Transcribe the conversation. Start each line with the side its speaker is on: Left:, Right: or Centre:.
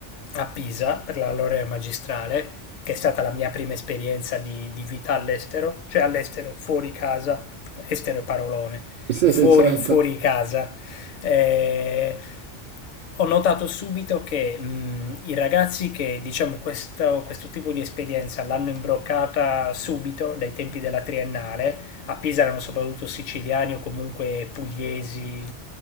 Left: a Pisa per la laurea magistrale, che è stata la mia prima esperienza di, di vita all'estero, cioè all'estero, fuori casa, estero è parolone,
Right: Sì,
Left: fuori,
Right: sì, certo.
Left: fuori casa. eh, ho notato subito che mh, i ragazzi che diciamo questo, questo tipo di esperienza l'hanno imbroccata subito dai tempi della triennale a Pisa erano soprattutto siciliani o comunque pugliesi